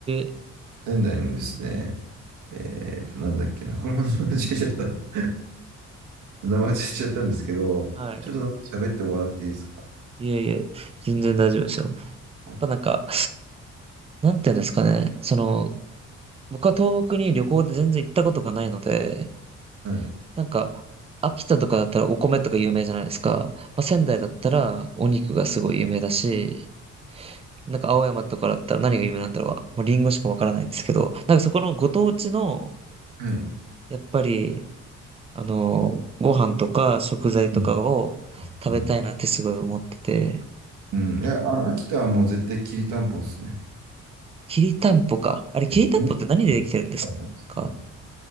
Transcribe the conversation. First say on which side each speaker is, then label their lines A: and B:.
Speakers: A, on the right; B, on the right.
A: ー、
B: 仙台のですね、えっと、なんだっけな。これも名前間違えちゃった。<laughs> 名前間違えちゃったんですけど、
A: はい。
B: ちょっとなんか喋ってもらっていいですか
A: いやいや、全然大丈夫ですよ。やっ
B: は
A: ぱなんか、なんていうんですかね。その、僕は東北に旅行で全然行ったことがないので、
B: い。
A: なんか、秋田とかだったらお米とか有名じゃないですか。まあ、仙台だったらお肉がすごい有名だし、なんか青山とかだったら何が有名なんだろう。もうリンゴしかわからないんですけど、なんかそこのご当地の、
B: はい。
A: やっぱり、あの、ご飯とか食材とかを食べたいなってすごい思ってて、
B: うんうんうん、いや、あの、秋田はもう絶対きりたんぽっすね。
A: きりたんぽか。あれ、きりたんぽって何でできてるんですか
B: え米たんぽですね。